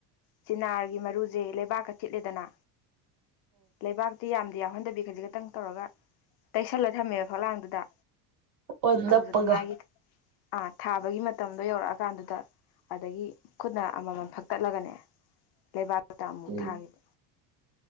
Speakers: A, on the left (about 50°); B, on the right (about 50°).
A: ꯆꯤꯅꯥꯔꯒꯤ ꯃꯔꯨꯖꯦ ꯂꯩꯕꯥꯛꯀ ꯊꯤꯠꯂꯦꯗꯅꯥ ꯂꯩꯕꯥꯛꯇꯤ ꯌꯥꯝꯗꯤ ꯌꯥꯎꯍꯟꯗꯕꯤ ꯈꯖꯤꯛꯈꯛꯇꯪ ꯇꯧꯔꯒ ꯇꯩꯁꯜꯂ ꯊꯝꯃꯦꯕ ꯐꯛꯂꯥꯡꯗꯨꯗ
B: ꯑꯣ ꯅꯞꯄꯒ
A: ꯑꯗꯨꯗꯨꯒ ꯃꯥꯒꯤ ꯑꯥ ꯊꯥꯕꯒꯤ ꯃꯇꯝꯗꯣ ꯌꯧꯔꯛꯑꯀꯥꯟꯗꯨꯗ ꯑꯗꯒꯤ ꯈꯨꯠꯅ ꯑꯃꯃꯝ ꯐꯛꯇꯠꯂꯒꯅꯦ ꯂꯩꯕꯥꯛꯇ ꯑꯃꯨꯛ
B: ꯎꯝ
A: ꯊꯥꯒꯤꯕ